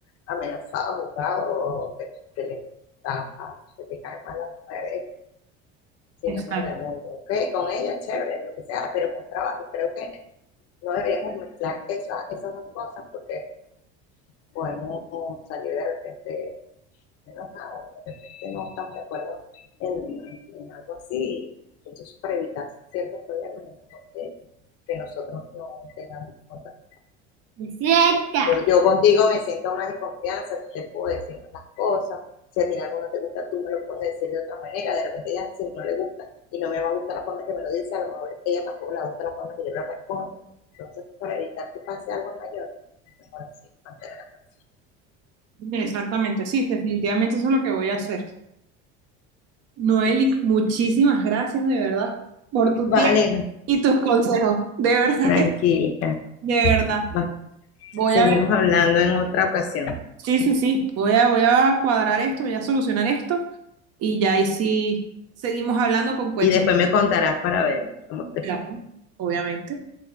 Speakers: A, on the left (about 50°); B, on the right (about 55°).
A: amenazado, juzgado, o que, que le está, que te caen mal las mujeres, sino
B: Exacto.
A: mira, no, no, ok, con ella, chévere, lo que sea, pero con trabajo, creo que no deberíamos mezclar esa, esas dos cosas porque podemos salir de repente menos nada, de repente no estamos de acuerdo en, en algo así, entonces eso para evitar ciertos problemas, que, que nosotros no tengamos contacto.
B: Cerca.
A: Yo, yo contigo me siento más en confianza, tú te puedo decir más las cosas, si a ti algo no te gusta, tú me lo puedes decir de otra manera, de repente ella si no le gusta y no me va a gustar la forma que me lo dice, a lo mejor ella tampoco le gusta la forma que yo le respondo. Entonces, para evitar que pase algo mayor, mejor así, mantener la paz.
B: Exactamente, sí, definitivamente eso es lo que voy a hacer. Noeli,
A: Sí, sí.
B: muchísimas gracias de verdad por tu
A: Vale,
B: tiempo y tus consejos. De verdad
A: tranquila.
B: que sí, de verdad.
A: Va,
B: Voy
A: seguimos
B: a ver.
A: hablando en otra ocasión
B: Sí, sí, sí. Voy a, voy a cuadrar esto, voy a solucionar esto y ya ahí sí seguimos hablando con cuentos,
A: y después me contarás para ver cómo te
B: claro,
A: fue,
B: obviamente.